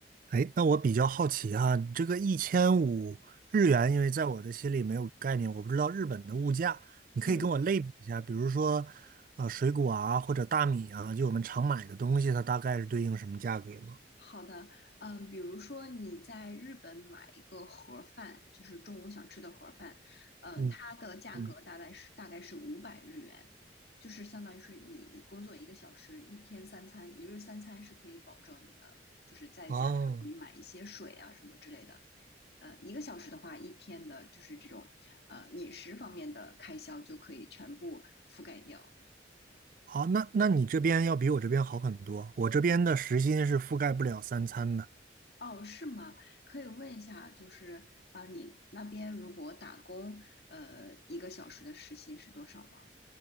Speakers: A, on the right; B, on the left.
A: 哎，那我比较好奇哈，你这个一千五日元，因为在我的心里没有概念，我不知道日本的物价，你可以跟我类比一下，
B: 嗯，
A: 比如说，呃，水果啊，或者大米啊，就我们常买的东西，它大概是对应什么价格吗？
B: 好的，嗯，比如说你在日本买一个盒儿饭，就是中午想吃的盒儿饭，嗯，
A: 嗯
B: 它的价格大概是大概是五百日元，
A: 嗯，
B: 就是相当于是你工作一个小时，一天三餐，一日三餐是可以保证你的，就是再加上你买一些水啊什么之类的，
A: 哦，
B: 呃，一个小时的话，一天的就是这种呃饮食方面的开销就可以全部覆盖掉。
A: 好，那那你这边要比我这边好很多。我这边的时薪是覆盖不了三餐的。
B: 哦，是吗？可以问一下，就是啊，你那边如果打工，呃，一个小时的时薪是多少吗？